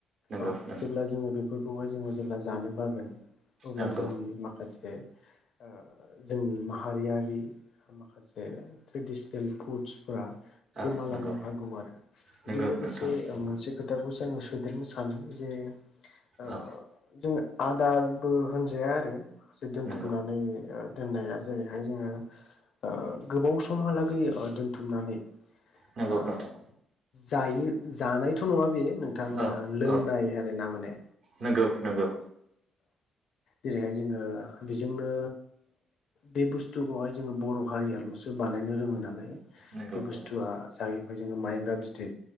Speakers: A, on the right (about 60°); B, on the left (about 65°).
A: नंगौ
B: औ
A: नंगौ
B: जेब्ला जोङो बे फोरखौहाय जोङो जेब्ला जानो बागोन अब्ला
A: नंगौ
B: जोंनि माखासे ओ जोंनि माहारियारि माखासे ट्रेडिसनेल फुडसफोरा
A: औ
B: गोमालांनो
A: नंगौ
B: हागौ आरो
A: नंगौ
B: दे लोगोसे
A: नोंथां
B: ओम
A: नंगौ
B: मोनसे खोथाखौसो ओं सोदेरनो सानो जे ओ
A: औ
B: जोंनो आदारबो होन जाया आरो दोनथुमनानै
A: नंगौ
B: ओ दोननाया जेरैहाय जोङो ओ गोबाव समहालागै ओ दोन्थुमनानै
A: नंगौ
B: ओ
A: नोंथां
B: जायो जानायथ' नुवा बे नोंथां
A: औ
B: लोंनाय
A: औ
B: आरो ना माने
A: नंगौ नंगौ
B: जेरैहाय जोङो बेजोंनो बे बुस्थुखौहाय जोङो बर' हारियाल'सो बानायनो रोङो नालाय
A: नंगौ
B: बे
A: नंगौ
B: बुस्थुआ जाहैबाय जोङो माइब्रा बिदै